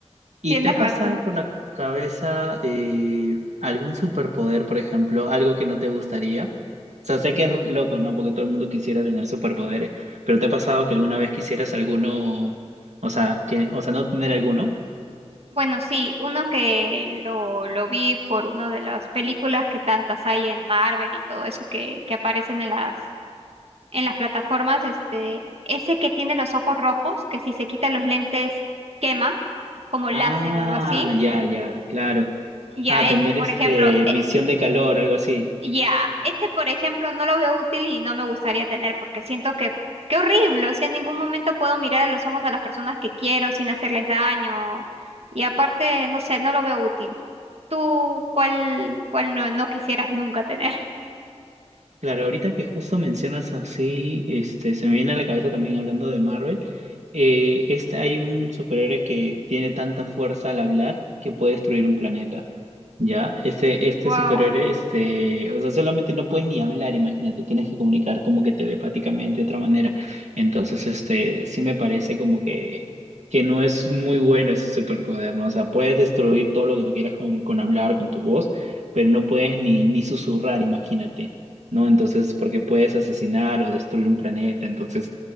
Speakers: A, on the right; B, on the right.
A: ¿Y
B: tienes
A: te ha pasado
B: razón.
A: por la cabeza eh, algún superpoder, por ejemplo, algo que no te gustaría? O sea, sé que es loco, ¿no? Porque todo el mundo quisiera tener superpoderes, pero ¿te ha pasado que alguna vez quisieras alguno, o sea, que, o sea, no tener alguno?
B: Bueno, sí, uno que lo, lo vi por una de las películas que tantas hay en Marvel y todo eso que, que aparecen en las en las plataformas, este, ese que tiene los ojos rojos, que si se quita los lentes quema, como
A: Ah,
B: láser o algo así.
A: ya, ya, claro.
B: Ya
A: Ah, tener
B: ese, por
A: este
B: ejemplo, eh,
A: visión de calor, algo así.
B: ya ese, por ejemplo, no lo veo útil y no me gustaría tener porque siento que qué horrible, o sea, en ningún momento puedo mirar a los ojos a las personas que quiero sin hacerles daño y aparte, no sé, no lo veo útil. ¿Tú cuál, cuál no, no quisieras nunca tener? <laughs>
A: Claro, ahorita que justo mencionas así, este, se me viene a la cabeza también hablando de Marvel, eh, este, hay un superhéroe que tiene tanta fuerza al hablar que puede destruir un planeta, ¿ya? Este, este
B: Wow,
A: superhéroe, este, o sea, solamente no puedes ni hablar, imagínate, tienes que comunicar como que telepáticamente de otra manera. Entonces, este, sí me parece como que, que no es muy bueno ese superpoder, ¿no? O sea, puedes destruir todo lo que tú quieras con, con hablar, con tu voz, pero no puedes ni, ni susurrar, imagínate. ¿no? Entonces, porque puedes asesinar o destruir un planeta, entonces